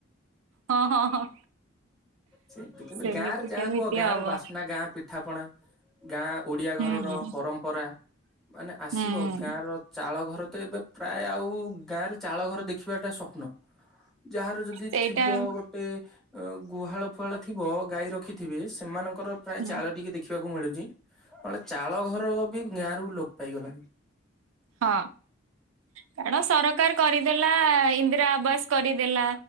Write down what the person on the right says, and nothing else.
ହଁ ହଁ ହଁ।
ସେମିତି
କେମିତି
ହବ
ହୁଁ
ହୁଁ।
ହୁଁ
ସେଇଟା
ହୁଁ
ହଁ କାରଣ ସରକାର କରିଦେଲା ଇନ୍ଦିରା ଆବାସ। କରିଦେଲା